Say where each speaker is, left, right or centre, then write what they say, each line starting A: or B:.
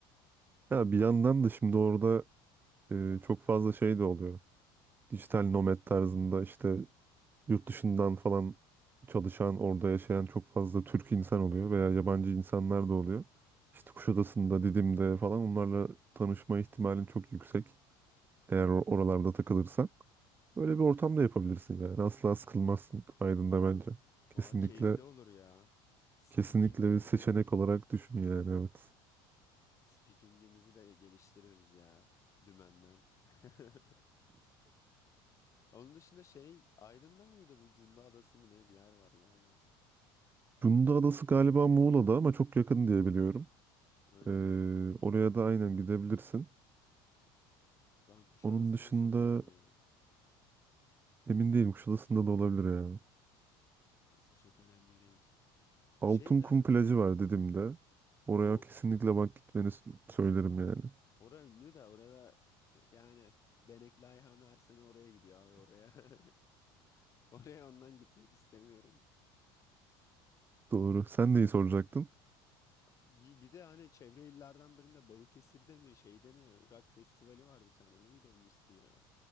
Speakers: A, on the right; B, on the left.
A: Ya bir yandan da şimdi orada e, çok fazla şey de oluyor. Dijital nomad tarzında işte yurt dışından falan çalışan, orada yaşayan çok fazla Türk insan oluyor veya yabancı insanlar da oluyor. İşte Kuşadası'nda,
B: Hı hı.
A: Didim'de falan onlarla tanışma ihtimalin çok yüksek. Eğer or- oralarda takılırsan böyle bir ortam da yapabilirsin yani. Asla sıkılmazsın Aydın'da bence. Kesinlikle
B: Valla keyifli olur ya. Speaking'imizi
A: kesinlikle bir seçenek olarak düşün yani evet.
B: speaking'imizi de geliştiririz ya dümenden. <laughs> Onun dışında şey Aydın'da mıydı bu Cunda Adası mı ne bir yer var galiba.
A: Cunda Adası galiba Muğla'da ama çok yakın diye biliyorum.
B: Öyle
A: Ee,
B: mi?
A: oraya da aynen gidebilirsin.
B: Ben Kuşadası'nda
A: Onun dışında
B: sanıyordum ya.
A: emin değilim Kuşadası'nda da olabilir ya.
B: Neyse çok önemli değil. Bu
A: Altınkum
B: şey nerede?
A: plajı var dedim de. Oraya
B: O
A: kesinlikle bak gitmeni s- söylerim yani.
B: Ora ünlü de orada yani Benekli Ayhan her sene oraya gidiyor abi oraya. <laughs> Oraya ondan gitmek istemiyorum.
A: Doğru. Sen neyi soracaktın?
B: Bir, bir de hani çevre illerden birinde Balıkesir'de mi şeyde mi rock festivali var bir tane. Neydi onun ismi ya?